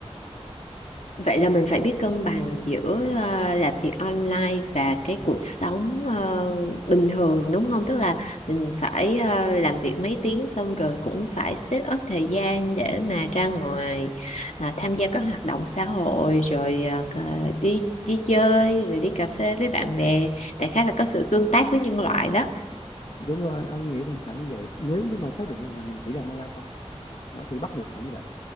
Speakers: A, on the left (about 85°); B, on the left (about 55°).
A: Vậy là mình phải biết cân bằng giữa ờ, làm việc online và cái cuộc sống ờ, bình thường đúng không? Tức là mình phải ờ, làm việc mấy tiếng xong rồi cũng phải set up thời gian để mà ra ngoài à, tham gia các hoạt động xã hội rồi ờ, cờ- đi đi chơi rồi đi cà phê với bạn bè. Đại khái là có sự tương tác với nhân loại đó.
B: đúng rồi anh nghĩ là phải như vậy nếu như mà xác định rằng là mình chỉ làm online không nó thì bắt buộc phải như vậy